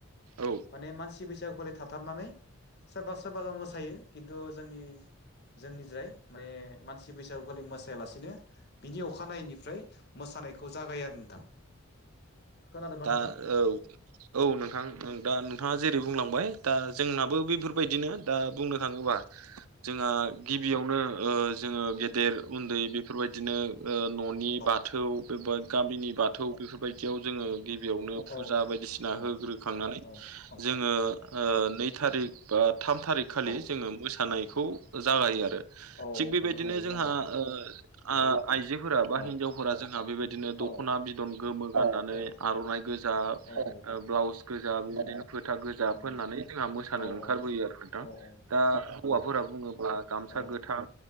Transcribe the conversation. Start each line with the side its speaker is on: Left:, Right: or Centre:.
Right: औ
Left: माने मानसि बैसागुखालि थाथारनानै सोरबा सोरबा मोसायो किन्तु जोंनि जोंनिजाय माने मानसि बैसागुखालि मोसायालासेनो बिनि अखानायैनिफ्राय मोसानायखौ जागायो आरो नोंथां। खोनादोंबा
Right: दा
Left: नोंथां
Right: औ औ नोंथां दा नोंथाङा जेरै बुंलांबाय दा जोंनाबो बेफोरबायदिनो दा बुंनो थाङोबा जोंहा गिबियावनो ओ जोङो गेदेर उन्दै बेफोरबायदिनो ओ न'नि
Left: औ
Right: बाथौ बे बा गामिनि बाथौ बेफोरबायदियाव जोङो बेवनो फुजा
Left: औ
Right: बायदिसिना
Left: औ
Right: होग्रोखांनानै
Left: औ औ
Right: जोङो ओ नै थारिख बा थाम थारिखखालि
Left: औ
Right: जोङो मोसानायखौ जागायो
Left: औ
Right: आरो
Left: औ
Right: थिग बेबायदिनो
Left: मोसानायखौ
Right: जोंहा
Left: जागायो
Right: ओ आ आइजोफोरा बा
Left: औ
Right: हिनजाव फोरा जोंहा बेबायदिनो दख'ना
Left: औ
Right: बिदन गोमो गाननानै
Left: औ
Right: आर'नाइ गोजा
Left: औ
Right: ओ
Left: औ
Right: ब्लाउस गोजा बेबायदिनो
Left: उम
Right: फोथा गोजा
Left: उम
Right: फोननानै जोंहा मोसानो
Left: औ
Right: ओंखारबोयो आरो नोंथां
Left: औ
Right: दा हौवाफोरा
Left: औ
Right: बुङोब्ला गामसा
Left: औ
Right: गोथां